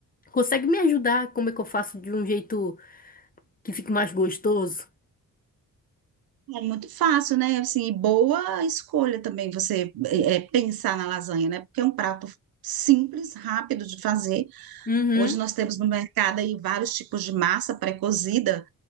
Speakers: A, on the left; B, on the right.
A: Consegue me ajudar? Como é que eu faço de um jeito que fique mais gostoso?
B: É muito fácil, né? Assim, e boa escolha também você é, é, pensar na lasanha, né? Porque é um prato simples, rápido de fazer.
A: Uhum.
B: Hoje nós temos no mercado aí vários tipos de massa pré-cozida,